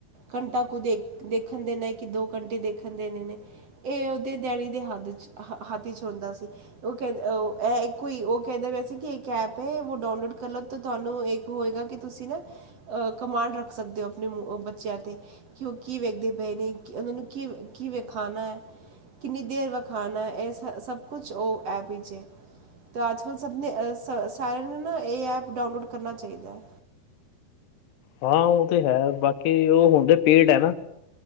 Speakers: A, on the right; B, on the left.
A: ਘੰਟਾ ਕੁ ਦੇ ਦੇਖਣ ਦੇਣਾ ਹੈ ਕਿ ਦੋ ਘੰਟੇ ਦੇਖਣ ਦੇਣੇ ਨੇ। ਇਹ ਉਹਦੇ ਡੈਡੀ ਦੇ ਹੱਦ 'ਚ ਹੱਥ 'ਚ ਹੁੰਦਾ ਸੀ। ਓ ਕਹਿੰ ਕੋਈ ਇਕੋ ਓ ਕੈਂਦੇ ਪਿਆ ਸੀ ਕਿ ਇੱਕ ਐਪ ਹੈ ਓ ਡਾਊਨਲੋਡ ਕਰ ਲਓ। ਤਾਂ ਤੁਆਨੂੰ ਏੱਕ ਹੋਏਗਾ ਕਿ ਤੁਸੀ ਨਾ ਅ ਕਮਾਂਡ ਰੱਖ ਸਕਦੇ ਓ ਆਪਣੇ ਬੱਚੇਆਂ ਤੇ। ਕਿਉਂਕਿ ਵੇਖਦੇ ਪੇ ਨੇ ਕਿ ਓਨਾਂ ਨੂੰ ਕਿ, ਕਿ ਵੇੇਖਾਣਾ ਐ, ਕਿੰਨੀ ਦੇਰ ਵਖਾਣਾ ਐ, ਐਸ ਹ ਸਭ ਕੁਝ ਓ ਐਪ ਵਿੱਚ ਏ ਤੋ ਅੱਜ ਕੱਲ ਸਭ ਨੇ ਅ ਸਾਰੇਆਂ ਨੂੰ ਨਾ ਏ ਐਪ ਡਾਊਨਲੋਡ ਕਰਨਾ ਚਾਹੀਦੈ।
B: ਹਾਂ ਓ ਤੇ ਹੈ ਬਾਕੀ ਓ ਹੁੰਦੇ ਪੇਡ ਐ ਨਾ।